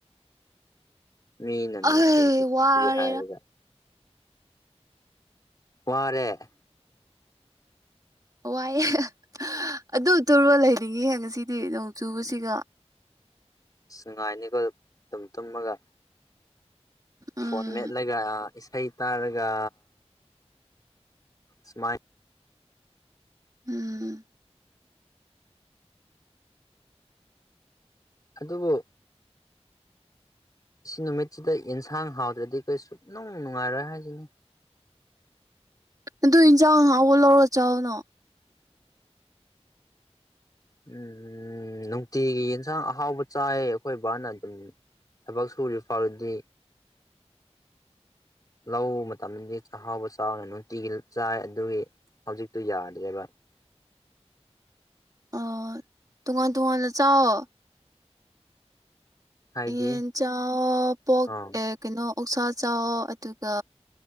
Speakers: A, on the left; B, on the right.
A: ꯃꯤꯅ ꯅꯨꯡꯁꯤꯅꯒꯦ
B: ꯑꯩ ꯋꯥꯔꯦꯗ
A: ꯍꯥꯏꯔꯒ ꯋꯥꯔꯦ
B: ꯋꯥ ꯋꯥꯏꯑꯦ ꯑꯗꯨ ꯇꯨꯔꯒꯥ ꯂꯩꯅꯤꯡꯉꯤ ꯉꯁꯤꯗꯤ ꯅꯣꯡ ꯆꯨꯕꯁꯤꯀꯣ
A: ꯅꯨꯉꯥꯏꯅꯤꯀꯣ ꯇꯨꯝ ꯇꯨꯝꯃꯒ
B: ꯎꯝ
A: ꯐꯣꯟ ꯃꯦꯠꯂꯒ ꯏꯁꯩ ꯇꯥꯔꯒ ꯁꯨꯃꯥꯏ
B: ꯎꯝ
A: ꯑꯗꯨꯕꯨ ꯑꯁꯤ ꯅꯨꯃꯤꯠꯁꯤꯗ ꯌꯦꯟꯁꯥꯡ ꯍꯥꯎꯗ꯭ꯔꯗꯤ ꯀꯔꯤꯁꯨ ꯁꯨꯡꯅꯨꯡ ꯅꯨꯡꯉꯥꯏꯔꯣꯏ ꯍꯥꯏꯖꯅꯤ
B: ꯑꯗꯨ ꯏꯟꯁꯥꯡ ꯍꯥꯎꯕ ꯂꯧꯔ ꯆꯥꯎꯥꯛꯅꯣ
A: ꯎꯝ ꯅꯨꯡꯇꯤꯒꯤ ꯌꯦꯟꯁꯥꯡ ꯑꯍꯥꯎꯕ ꯆꯥꯏ ꯑꯩꯈꯣꯏ ꯕꯥꯅ ꯑꯗꯨꯝ ꯊꯕꯛ ꯁꯨꯔꯤꯕ ꯐꯥꯎꯔꯗꯤ ꯂꯧ ꯃꯇꯝꯗꯗꯤ ꯆꯥꯛꯍꯥꯎꯕ ꯆꯥꯎꯅ ꯅꯨꯡꯇꯤꯒꯤ ꯆꯥꯏ ꯑꯗꯨꯒꯤ ꯍꯧꯖꯤꯛꯇꯨ ꯌꯥꯗ꯭ꯔꯦꯕ
B: ꯑꯣ ꯇꯣꯉꯥꯟ ꯇꯣꯉꯥꯟꯅ ꯆꯥꯎ
A: ꯍꯥꯏꯗꯤ
B: ꯌꯦꯟ ꯆꯥꯑꯣ ꯄꯣꯛ
A: ꯑꯥ
B: ꯑꯦ ꯀꯩꯅꯣ ꯑꯣꯛꯁꯥ ꯆꯥꯎ ꯑꯗꯨꯒ